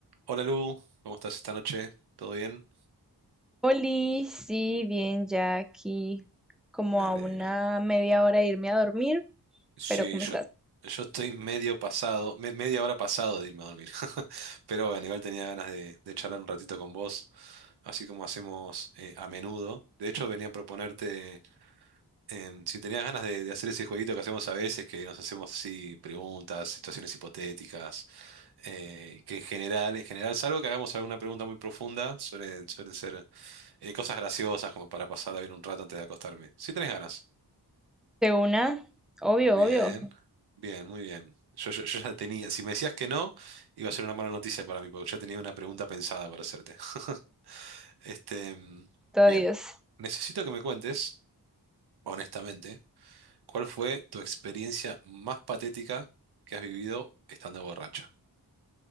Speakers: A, on the right (about 70°); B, in the centre.
A: Hola Lu, ¿cómo estás esta noche? ¿Todo bien?
B: Oli, sí, bien, ya aquí como
A: Me alegro.
B: a una media hora de irme a dormir,
A: Sí,
B: pero ¿cómo
A: yo,
B: estás?
A: yo estoy medio pasado, me- media hora pasado de irme a dormir. <laughs> Pero bueno, igual tenía ganas de, de charlar un ratito con vos, así como hacemos eh, a menudo. De hecho, venía a proponerte em, si tenías ganas de, de hacer ese jueguito que hacemos a veces, que nos hacemos así preguntas, situaciones hipotéticas, eh, que en general, en general, salvo que hagamos alguna pregunta muy profunda, suelen, suelen ser eh, cosas graciosas como para pasarla bien un rato antes de acostarme. Si tenés ganas.
B: De una, obvio,
A: Bien,
B: obvio,
A: bien, muy bien. Yo, yo- yo ya tenía, si me decías que no, iba a ser una mala noticia para mí, porque ya tenía una pregunta pensada para hacerte. <laughs> Este, mm,
B: todavía
A: bien,
B: es
A: necesito que me cuentes, honestamente, ¿cuál fue tu experiencia más patética que has vivido estando borracho?